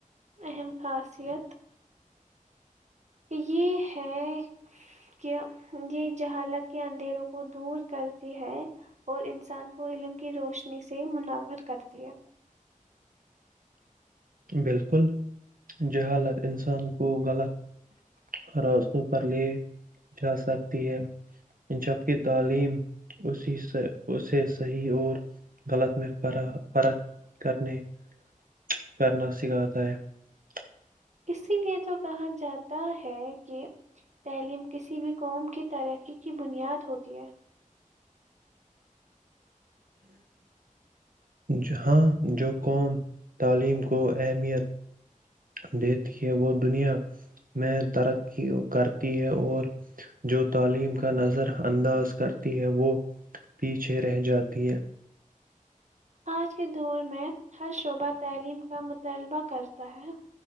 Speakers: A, on the right; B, on the right.
A: اہم خاصیت <unintelligible> یہ ہے کہ یہ جہالت کے اندھیروں کو دور کرتی ہے اور انسان کو علم کی روشنی سے منورور کرتی ہے <unintelligible>
B: بالکل <unintelligible> ج حالت انسان کو غلط راستوں پر لے جا سک <unintelligible> جبکہ تعلیم اسی اسے صحیح اور غلط میں ف فرق کرنے <unintelligible> کرنا سکھاتا ہے <unintelligible>
A: اسی لیے تو کہا جاتا ہے کہ تعلیم کسی بھی قوم کی ترقی کی بنیاد ہوتی ہے <unintelligible>
B: جہاں جو قوم تعلیم کو اہمیت <unintelligible> دیتی ہے وہ دنیا میں ترقی کرتی ہے اور جو تعلیم کا نظر انداز کرتی ہے وہ پیچھے رہ جاتی ہے <unintelligible>
A: آج کے دور میں ہر شعبہ تعلیم کا مطالبہ کرتا ہے